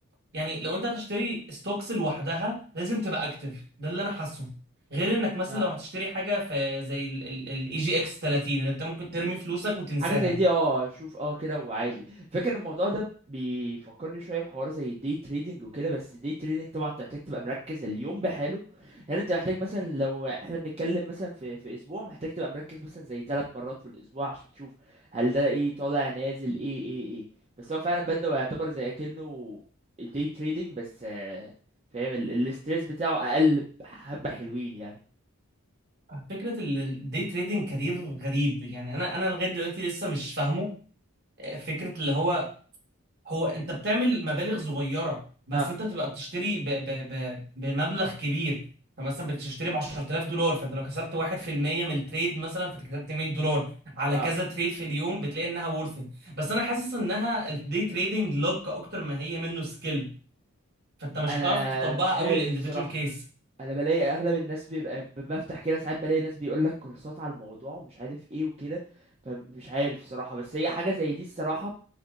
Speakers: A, on the right; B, on the right.
A: يعني لو انت هتشتري ستوكس لوحدها لازم تبقى اكتف ده اللي انا حاسه غير انك مثلا
B: اه
A: لو هتشتري حاجة في زي الاي جي اكس 30 اللي انت ممكن ترمي فلوسك وتنساها
B: حاجه زي دي اه شوف اه كده وعالي فاكر الموضوع ده بيفكرني شويه بحوار زي الدي تريدنج وكده بس الدي تريدنج طبعا انت محتاج تبقى مركز اليوم بحاله يعني انت محتاج مثلا لو احنا بنتكلم مثلا في في اسبوع محتاج تبقى مركز مثلا زي ثلاث مرات في الاسبوع عشان تشوف هل ده ايه طالع نازل ايه ايه ايه بس هو فعلا بدأ يعتبر زي اكنه الدي تريدنج بس آه، فاهم الاستريس بتاعه اقل حبه حلوين يعني
A: فكرة الدي تريدنج كارير غريب يعني انا انا لغاية دلوقتي لسه مش فاهمه آه، فكرة اللي هو هو انت بتعمل مبالغ صغيرة بس
B: اه
A: انت بتبقى بتشتري ب ب ب بمبلغ كبير فمثلا بتشتري ب 10000 دولار فانت لو كسبت 1% من التريد مثلا فانت كسبت 100 دولار على
B: اه
A: كذا تريد في اليوم بتلاقي انها ورث بس انا حاسس انها الدي تريدنج لوك اكتر ما هي منه سكيل فانت مش
B: انا
A: هتعرف تطبقها
B: مش عارف
A: قوي الانديفيدوال
B: الصراحه
A: كيس
B: انا بلاقي اغلب الناس بيبقى ب- بفتح كده ساعات بلاقي ناس بيقول لك كورسات على الموضوع ومش عارف ايه وكده فمش عارف الصراحه بس هي حاجه زي دي الصراحه